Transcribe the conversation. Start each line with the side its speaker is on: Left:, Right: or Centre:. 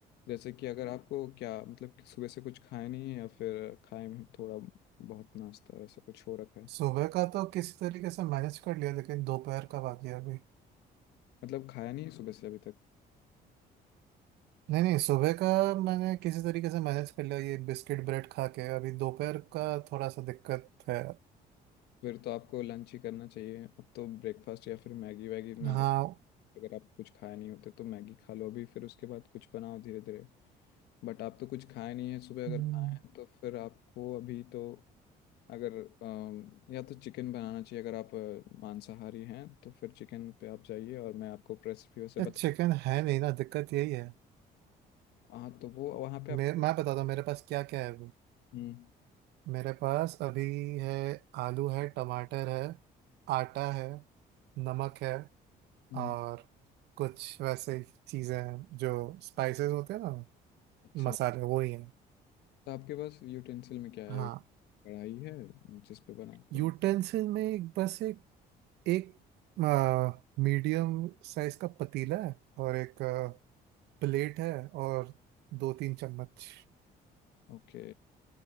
Left: जैसे कि अगर आपको क्या मतलब कि सुबह से कुछ खाया नहीं है या फिर खाए में थोड़ा बहुत नाश्ता ऐसा कुछ हो रखा है
Right: सुबह का तो किसी तरीके से मैनेज कर लिया लेकिन दोपहर का बाकी है अभी
Left: मतलब खाया नहीं है सुबह से अभी तक
Right: नहीं नहीं सुबह का मैंने किसी तरीके से मैनेज कर लिया ये बिस्किट ब्रेड खा के अभी दोपहर का थोड़ा सा दिक्कत है
Left: फिर तो आपको लंच ही करना चाहिए अब तो ब्रेकफास्ट या फिर मैगी वैगी मैं
Right: हाँ
Left: अगर आप कुछ खाए नहीं होते तो मैगी खा लो अभी फिर उसके बाद कुछ बनाओ धीरे धीरे बट आप तो कुछ खाए नहीं है सुबह अगर
Right: हम्म,
Left: खाए हैं तो फिर आपको अभी तो अगर अम, या तो चिकन बनाना चाहिए अगर आप अ, मांसाहारी हैं तो फिर चिकन पे आप जाइए और मैं आपको रेसिपी वैसे
Right: ये
Left: बता
Right: चिकन है नहीं ना दिक्कत यही है
Left: हाँ तो वो वहाँ पे आपको
Right: मैं मैं बताता हूँ मेरे पास क्या क्या है
Left: हम्म
Right: मेरे पास अभी है आलू है टमाटर है आटा है नमक है
Left: हम्म।
Right: और कुछ वैसे चीज़ें हैं जो स्पाइसेस होते हैं ना
Left: अच्छा
Right: मसाले वो ही हैं
Left: तो आपके पास यूटेंसिल में क्या
Right: हाँ
Left: है कढ़ाई है जिस पे बनाते
Right: यूटेंसिल
Left: हैं
Right: में एक बस एक एक मीडियम साइज का पतीला है और एक आ, प्लेट है और दो तीन चम्मच
Left: ओके